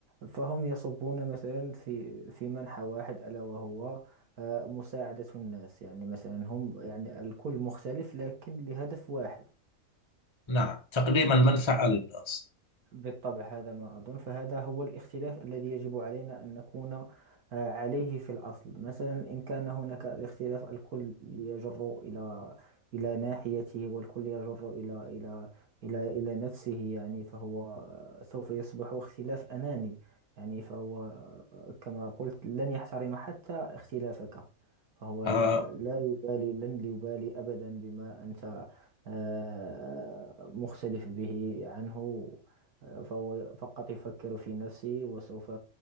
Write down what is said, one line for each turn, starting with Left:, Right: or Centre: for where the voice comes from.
Right: فهم يصبون مثلا في في منحى واحد ألا وهو آه، مساعدة الناس يعني مثلا هم يعني الكل مختلف لكن لهدف واحد
Left: نعم. تقديم المنفعة للناس
Right: بالطبع هذا ما أظن فهذا هو الاختلاف الذي يجب علينا أن نكون آه، عليه في الأصل مثلا إن كان هناك الاختلاف الكل يجر إلى إلى ناحيته والكل يجر إلى إلى إلى إلى نفسه يعني فهو آه، سوف يصبح اختلاف أناني يعني فهو كما قلت لن يحترم حتى اختلافك فهو
Left: آه،
Right: لا لا يبالي لن يبالي أبدا بما أنت آه، مختلف به عنه آه، فهو فقط يفكر في نفسه وسوف